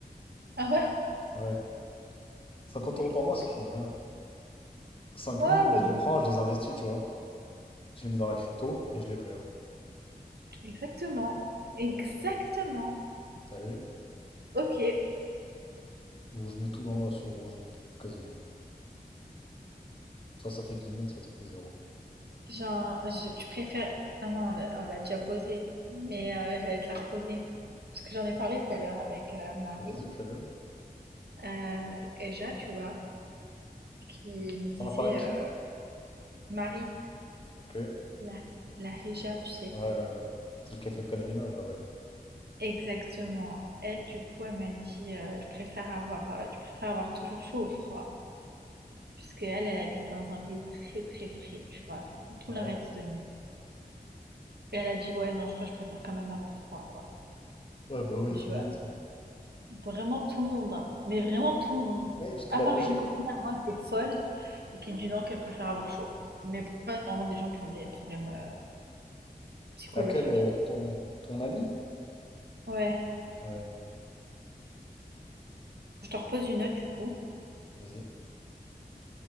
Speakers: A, on the right; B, on the left.
A: Ah ouais?
B: Ouais. 50
A: Bah
B: euros
A: écoute.
B: par mois, ça change rien. 5000,
A: Ouais, mais
B: je
A: bon.
B: les prends, je les investis, tu vois. Je les mets dans la crypto et je les perds.
A: Exactement. Exactement.
B: T'as vu?
A: Ok.
B: Ou je mets tout dans le, sur le rouge, au casino. Soit ça fait 10 000, soit ça fait zéro
A: Genre, je- tu préfères. Ah non, on l'a on l'a déjà posé. Mais euh, j'allais te la reposer. Parce que j'en ai parlé tout à l'heure avec euh, Marie.
B: Vas-y, fais-le.
A: Euh, Eja, tu vois, qui me disait.
B: T'en as parlé avec qui?
A: euh, Marie,
B: Ok. Ouais,
A: la la Héja, tu sais?
B: ouais, ouais. C'est le café fait le pèlerinage, là, ouais.
A: Exactement. Elle, du coup, elle m'a dit euh, je préfère avoir, euh, tu préfères avoir toujours chaud ou froid, puisque elle, elle habite dans un pays très très frais, tu vois, tout
B: Ouais.
A: l'inverse de nous. Et elle a dit ouais, non, je crois que je préfère quand même avoir froid, quoi.
B: Ouais, bah oui,
A: Je
B: tout
A: vois
B: le monde. ça.
A: vraiment tout le monde, hein, mais vraiment tout le monde.
B: Ouais, parce que
A: À
B: la
A: part
B: logique,
A: une copine à moi qui est folle et qui dit non, qu'elle préfère avoir chaud. Mais pour moi, c'est vraiment des gens qui ont des problèmes euh, psychologiques.
B: Laquelle, euh, ton, ton ami?
A: Ouais,
B: Ouais,
A: je te repose une note du coup.
B: vas-y.